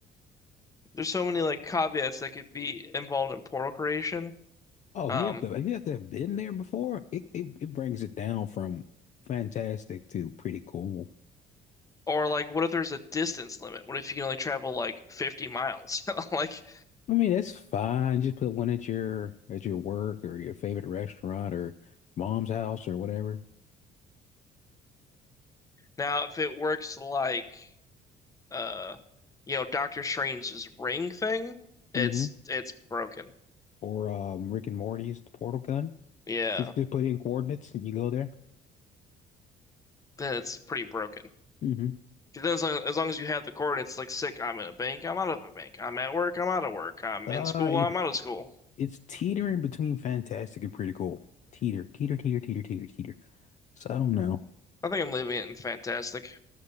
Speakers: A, on the left (about 20°); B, on the left (about 45°).
A: there's so many like caveats that could be involved in portal creation.
B: Oh,
A: Um,
B: you have to you have to have been there before. It, it it brings it down from fantastic to pretty cool.
A: or like, what if there's a distance limit? What if you can only travel like 50 miles? <laughs> Like
B: I mean, that's fine. Just put one at your at your work or your favorite restaurant or mom's house or whatever.
A: now, if it works like uh, you know, Doctor Strange's ring thing, it's
B: hmm
A: it's broken.
B: Or um, Rick and Morty's the Portal Gun.
A: Yeah,
B: Just just put in coordinates and you go there.
A: then it's pretty broken.
B: hmm
A: 'Cause Then as long, as long as you have the coordinates, like sick, I'm in a bank, I'm out of a bank. I'm at work, I'm out of work. I'm
B: Uh,
A: in school,
B: it-
A: I'm out of school.
B: it's teetering between fantastic and pretty cool. Teeter, teeter, teeter, teeter, teeter, teeter. So I don't know.
A: I think I'm leaving it in fantastic.